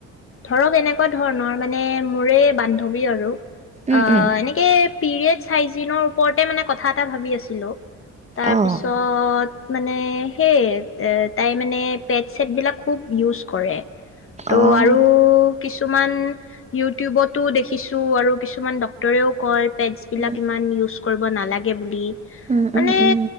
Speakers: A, on the left; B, on the right.
A: ধৰক এনেকুৱা ধৰণৰ মানে, মোৰেই বান্ধৱী আৰু। অ',
B: উম উম
A: এনেকে পিৰিয়ডচ হাইজিনৰ মানে কথা এটা ভাবি আছিলো তাৰপিছত
B: অঁ
A: মানে, সেই এ, তাই মানে পেদ ছেদ বিলাক খুব ইউজ কৰে। ত'
B: অঁ
A: আৰু কিছু মান ইটিউবটো দেখ কিছু আৰু কিছুমান ডাক্তৰেও কয় পেজবিলাক
B: উম
A: ইমান ইউজ কৰিব নালাগে বুলি
B: উম,
A: মানে
B: উম, উম।